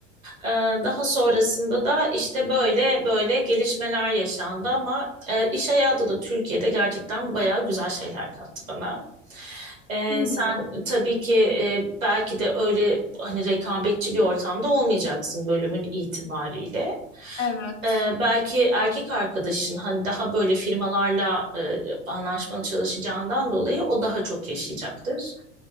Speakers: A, on the right; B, on the left.
A: Ee, daha sonrasında da işte böyle böyle gelişmeler yaşandı ama e, iş hayatı da Türkiye'de gerçekten bayağı güzel şeyler kattı bana. Ee,
B: Ne güzel.
A: sen tabii ki e, belki de öyle hani rekabetçi bir ortamda olmayacaksın bölümün itibariyle.
B: Evet.
A: Ee, belki erkek arkadaşın hani daha böyle firmalarla e, anlaşmalı çalışacağından dolayı o daha çok yaşayacaktır.